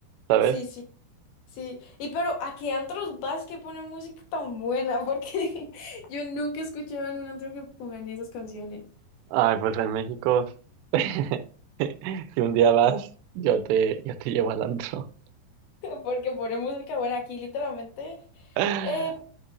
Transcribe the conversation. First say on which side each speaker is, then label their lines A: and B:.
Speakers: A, on the right; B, on the left.
A: ¿Sabes?
B: sí, sí, sí. Y pero ¿a qué antros vas que ponen música tan buena? Porque <laughs> yo nunca he escuchado en un antro que pongan esas canciones.
A: Ay, pues en México, <laughs> si un día vas, yo te, yo te llevo al antro.
B: porque pone música buena aquí, literalmente.
A: <laughs>
B: eh,